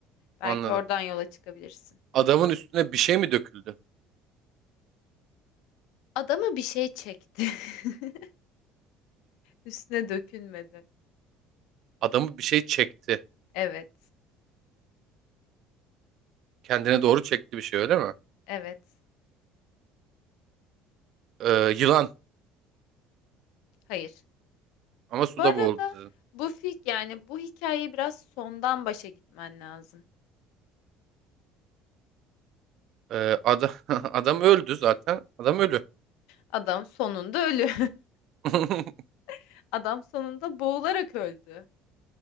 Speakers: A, on the left; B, on the right.
A: Belki
B: anladım.
A: oradan yola çıkabilirsin.
B: Adamın üstüne bir şey mi döküldü?
A: Adamı bir şey çekti. <laughs> Üstüne dökülmedi.
B: Adamı bir şey çekti.
A: Evet,
B: Kendine doğru çekti bir şey öyle mi?
A: evet.
B: Ee, yılan
A: Hayır.
B: ama suda
A: Bu arada
B: boğuldu dedim.
A: bu fik yani bu hikayeyi biraz sondan başa gitmen lazım.
B: Ee, adam, <laughs> adam öldü zaten. Adam ölü.
A: Adam sonunda ölü.
B: <laughs>
A: <laughs> Adam sonunda boğularak öldü.